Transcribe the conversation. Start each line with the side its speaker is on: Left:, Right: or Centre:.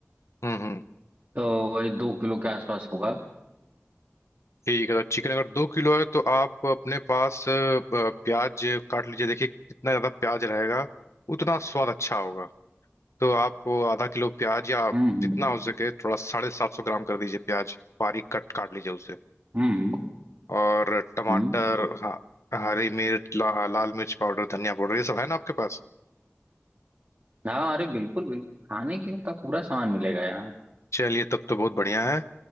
Left: हम्म हम्म
Right: तो वही दो किलो के आसपास होगा
Left: ठीक है तो चिकन अगर दो किलो है तो आप अपने पास अ, अ, प्याज काट लीजिए देखिए जितना ज़्यादा प्याज रहेगा उतना स्वाद अच्छा होगा तो आप आधा किलो प्याज या
Right: हम्म
Left: जितना
Right: हम्म
Left: हो सके थोड़ा साढ़े सात सौ ग्राम कर दीजिए प्याज बारीक कट काट लीजिए उसे
Right: हम्म हम्म
Left: और टमाटर
Right: हम्म।
Left: हाँ हरी मिर्च ला, लाल मिर्च पाउडर धनिया पाउडर ये सब है ना आपके पास
Right: हाँ अरे बिल्कुल बिल्कुल खाने के का पूरा सामान मिलेगा यहाँ
Left: चलिए तब तो बहुत बढ़िया है